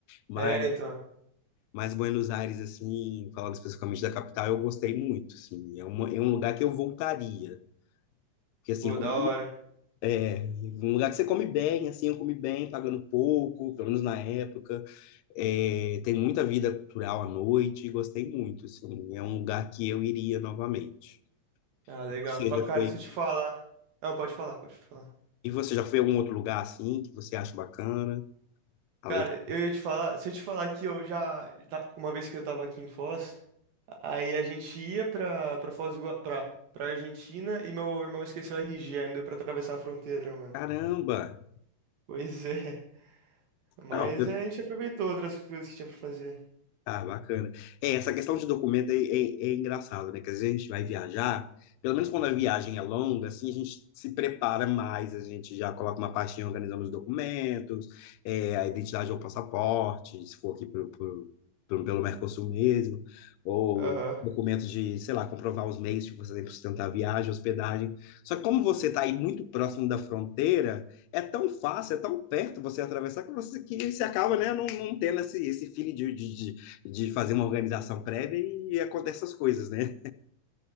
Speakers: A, on the left; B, on the right.
A: Mas,
B: É, então.
A: mas Buenos Aires, assim, falando especificamente da capital, eu gostei muito, assim. É, uma, é um lugar que eu voltaria. Porque, assim,
B: Pô,
A: comi-
B: da hora.
A: um lugar que você come bem, assim, eu comi bem, pagando pouco, pelo menos na época. É, tem muita vida cultural à noite, gostei muito, assim. É um lugar que eu iria novamente.
B: Ah, legal.
A: Você
B: Pa-
A: já
B: Cara,
A: foi...
B: se eu te falar. Não, pode falar, pode falar.
A: E você já foi a algum outro lugar, assim, que você acha bacana? Além
B: Cara,
A: de...
B: eu ia te falar. Se eu te falar que eu já. tá- Uma vez que eu tava aqui em Foz, aí a gente ia pra, pra Foz do Igua... pra, pra Argentina e meu irmão esqueceu o RG, aí não deu pra atravessar a fronteira, mano.
A: Caramba!
B: Pois é. Mas
A: Não,
B: é, a gente aproveitou outras coisas que tinha pra fazer.
A: Ah, bacana. É, essa questão de documento é, é, é engraçado, né? Que às vezes a gente vai viajar, pelo menos quando a viagem é longa, assim, a gente se prepara mais, a gente já coloca uma pastinha organizando os documentos, é, a identidade ou passaporte, se for aqui pro, pro, pro- pelo Mercosul mesmo, ou
B: Aham,
A: documentos de, sei lá, comprovar os meios que você tem para sustentar a viagem, hospedagem. Só que como você está aí muito próximo da fronteira, é tão fácil, é tão perto você atravessar que você que você acaba, né, não, não tendo esse, esse feeling de, de, de- de fazer uma organização prévia e acontecem essas coisas, né?